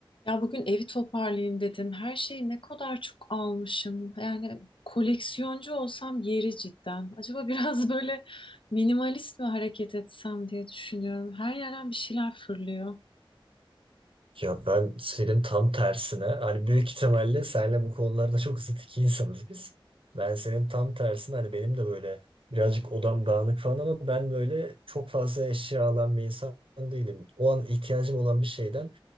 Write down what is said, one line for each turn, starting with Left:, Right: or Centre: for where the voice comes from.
Left: Ya bugün evi toparlayayım dedim. Her şeyi ne kadar çok almışım. Yani koleksiyoncu olsam yeri cidden. Acaba biraz <laughs> böyle minimalist mi hareket etsem diye düşünüyorum. Her yerden bir şeyler fırlıyor.
Right: Ya ben senin tam tersine hani büyük ihtimalle senle bu konularda çok zıt iki insanız biz. Ben senin tam tersine hani benim de böyle birazcık odam dağınık falan ama ben böyle çok fazla eşya alan bir insan değilim. O an ihtiyacım olan bir şeyden